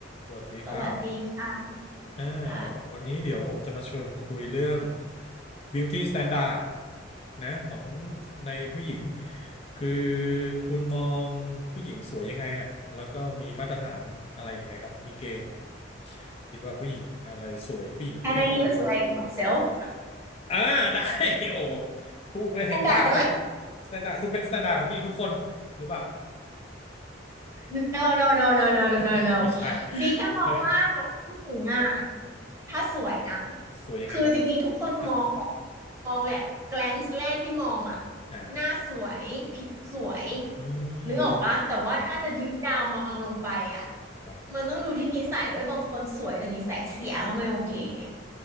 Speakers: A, on the left; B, on the right.
A: สวัสดีครับ
B: สวัสดีค่ะ
A: อ่า
B: อ่า
A: วันนี้เดี๋ยวผมจะมาชวนคุยเรื่อง beauty standard นะของในผู้หญิง คือคุณมองผู้หญิงสวยยังไงอะแล้วก็มีมาตรฐานอะไรยังไงครับ มีเกณฑ์คิดว่าผู้หญิงอะไรสวยผู้หญิงผู้หญิงแบบไหน
B: can I use like myself
A: อ่า <laughs> ได้ <laughs> โอ้พูดเลยเห็นภาพเลย
B: แอนด่าได้ไหม
A: สแตนดาร์ดคุณเป็นสแตนดาร์ดของผู้หญิงทุกคนหรือเปล่า
B: no no no no no
A: <laughs>
B: no
A: อ๋อไม่ใช่
B: no บีแค่มองว่า
A: <laughs> โอเค
B: ผู้หญิงอ่ะถ้าสวยนะ
A: สวยยังไงครับในสายตนดาร์ด
B: คือจริงๆ ทุกคนมองแหละมองแหละ glance แรกที่มองอ่ะ
A: อ่า
B: หน้าสวยผิวสวย
A: เออ
B: นึกออกปะ
A: ดู
B: แต่ว่าถ้าจะ deep down มองลงไปอ่ะ
A: ครับ
B: มันต้องดูที่นิสัยด้วย บางคนสวยแต่นิสัยเสียก็ไม่โอเคไง